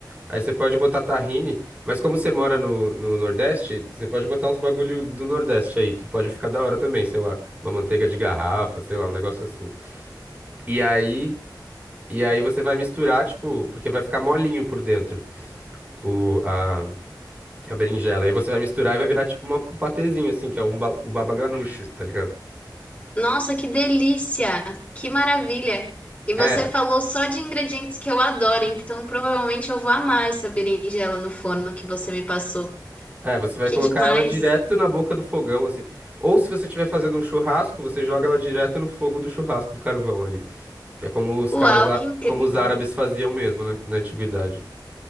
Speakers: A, on the right (about 20°); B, on the left (about 20°).
A: Aí você pode botar tahine, mas como você mora no, no Nordeste, você pode botar uns bagulho do Nordeste aí, que pode ficar da hora também, sei lá, uma manteiga de garrafa, sei lá, um negócio assim. E aí, e aí você vai misturar, tipo, porque vai ficar molinho por dentro. o, a, a berinjela. Aí você vai misturar e vai virar tipo uma- um patezinho, assim, que é o, ba- o baba ganoush, tá ligado?
B: Nossa, que delícia! Que maravilha! E você
A: É,
B: falou só de ingredientes que eu adoro, então provavelmente eu vou amar essa berinjela no forno que você me passou.
A: é, você vai
B: Que
A: colocar
B: demais!
A: ela direto na boca do fogão, assim. Ou se você estiver fazendo um churrasco, você joga ela direto no fogo do churrasco, do carvão ali. Que é como os
B: Uau,
A: caras, á-
B: que incrível!
A: como os árabes faziam mesmo na, na antiguidade.